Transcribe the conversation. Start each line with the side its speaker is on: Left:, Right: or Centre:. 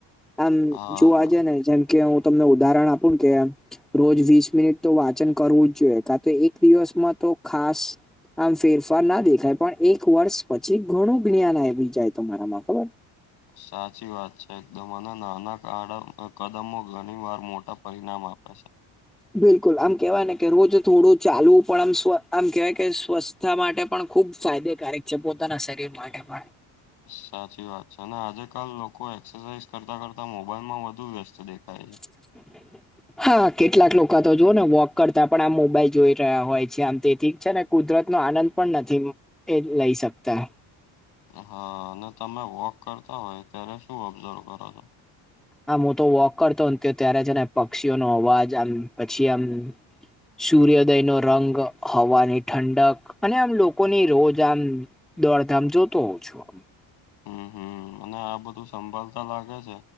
Centre: આમ
Left: હા.
Centre: જોવા જે ને જેમ- કે હું તમને ઉદાહરણ આપું ને કેમ- રોજ વીસ મિનિટ તો વાંચન કરવું જ જોઈએ કા તો એક દિવસમાં તો ખાસ- આમ ફેરફાર ના દેખાય પણ એક વર્ષ પછી ઘણું જ્ઞાન આવી જાય તમારામાં ખબર-
Left: સાચી વાત છે એકદમ અને નાના કદમો ઘણી વાર મોટા પરિણામ આપ્યા છે.
Centre: બિલકુલ આમ કેહેવાય ને કે રોજ થોડું ચાલવું પણ આમવ આમ કહેવાય કે સ્વસ્થ- માટે પણ ખૂબ ફાયદેકારક છે પોતાના શરીર માટે પણ-
Left: સાચી વાત છે અને આજે કલ લોકો એક્સરસાઇઝ કરતા કરતા મોબાઈલ માં વધુ વ્યસ્ત દેખાય છે.
Centre: <inaudible> હા કેટલાક લોકો તો જો ને વોક કરતા પણ આમ મોબાઈલ જોઈ રહ્યા હોય છે. આમ તે ઠીક છે ને- કુદરત નો આનંદ પણ નથી એ લઈ શકતા-
Left: હા અને તમે વોક કરતા હોય ત્યારે શું ઓબ્ઝર્વ કરો છો?
Centre: આમ હું તો વોક કરતો ત્યારે છે ને પક્ષીઓ ન અવાજ આમ પછી આમ- સૂર્યોદય નો રંગ હવાની ઠંડક અને આમ લોકોની રોજ આમ- દોડધામ જોતો હોઉં છું આમ-
Left: હમ હમ અને આ બધું સંભલાતા લાગે છે